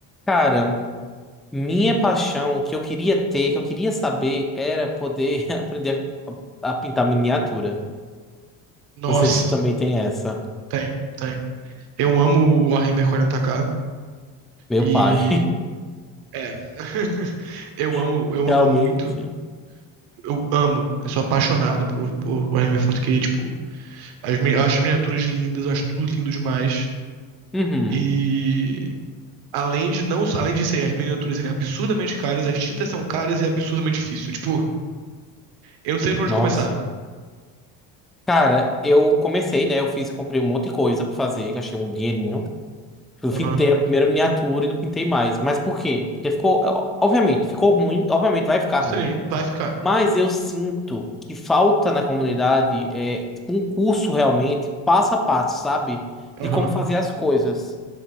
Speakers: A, in the centre; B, on the right.
A: Cara, minha paixão, o que eu queria ter, que eu queria saber, era poder <laughs> aprender a, a pintar miniatura.
B: Nossa,
A: Não sei se tu também tem essa.
B: tenho, tenho. Eu amo o Warhammer 40k
A: Meu
B: e
A: pai,
B: é. <laughs> Eu amo,
A: <laughs>
B: eu
A: realmente.
B: amo muito. Eu amo, eu sou apaixonado por, por Warhammer 40k, tipo, as, mi- eu acho as miniaturas lindas, eu acho tudo lindo demais.
A: Uhum.
B: E além de não, além de ser as miniaturas serem absurdamente caras, as tintas são caras e é absurdamente difícil. Tipo, eu não sei pra
A: Nossa.
B: onde começar.
A: Cara, eu comecei, né? Eu fiz, comprei um monte de coisa pra fazer, gastei um dinheirinho. Eu
B: Aham.
A: pintei a primeira miniatura e não pintei mais. Mas por quê? Porque ficou, obviamente, ficou ruim, obviamente vai ficar
B: Sim,
A: ruim.
B: vai ficar.
A: Mas eu sinto que falta na comunidade é um curso realmente passo a passo, sabe?
B: Aham.
A: De como fazer as coisas.